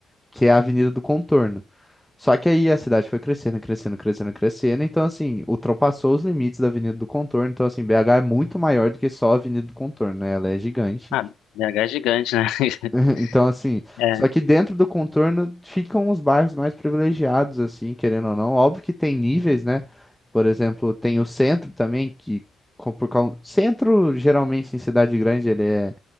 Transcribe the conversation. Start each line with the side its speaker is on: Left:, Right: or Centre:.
Centre: que é a Avenida do Contorno. Só que aí a cidade foi crescendo, crescendo, crescendo, crescendo. Então, assim, ultrapassou os limites da Avenida do Contorno. Então, assim, BH é muito maior do que só a Avenida do Contorno, né? Ela é gigante.
Left: Ah, BH é gigante, né? <laughs>
Centre: <laughs> Então, assim,
Left: É.
Centre: só que dentro do contorno ficam os bairros mais privilegiados, assim, querendo ou não. Óbvio que tem níveis, né? Por exemplo, tem o centro também, que com- por causa... Centro, geralmente, em cidade grande, ele é